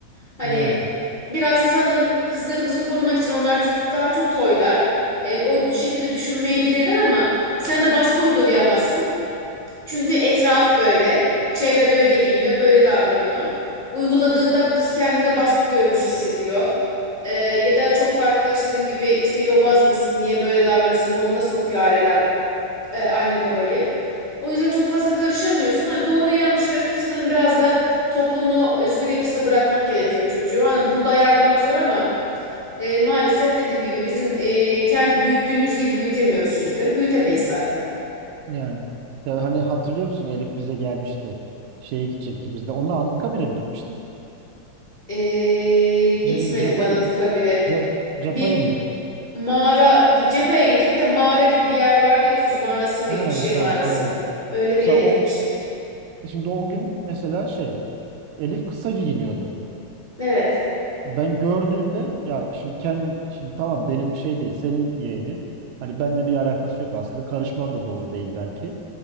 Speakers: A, on the left; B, on the right.
A: Hani
B: yani
A: biraz sanırım kızlarımızı korumak için onlar çünkü daha çok toylar. E, o şekilde düşünmeyebilirler ama sen de baskı uygulayamazsın. Çünkü etraf böyle, çevre böyle giyiniyor, böyle davranıyor. Uyguladığında kız kendine baskı görmüş hissediyor. Ee, ya da çok farklı işte dediğim gibi işte yobaz mısın, niye böyle davranıyorsun moduna sokuyor aileler e, anne babayı. O yüzden çok fazla karışamıyorsun. Hani doğruyu yanlış öğretip sanırım biraz da toplumun o özgür yapısına bırakmak gerekiyor çocuğu. Hani bunu da ayarlamak zor ama e, maalesef dediğim gibi bizim e, kendi büyüttüğümüz gibi büyütemiyoruz çocukları. Büyütemeyiz zaten.
B: yani. Ya hani hatırlıyor musun Elif bize gelmişti. Şeye gidecektik biz de. Onunla Anıtkabir'e mi gitmiştik?
A: Ee, gitmedik
B: Nereye Cepa'ya
A: Anıtkabir'e.
B: Ce- Cepa'ya
A: Bir
B: mı gitmiştik?
A: mağara gibi Cepa'ya gittik. Bir de mağara gibi bir yer vardı ya Tuz mağarası mıydı
B: Ha,
A: bir şey mağarası.
B: ha, aynen.
A: Öyle
B: Mesela
A: bir yere
B: o
A: gitmiştik.
B: şimdi o gün mesela şey Elif kısa giyiniyordu.
A: Evet.
B: ben gördüğümde ya şimdi kendi şimdi tamam benim şey değil senin yeğenin hani benimle bir alakası yok aslında karışmam da doğru değil belki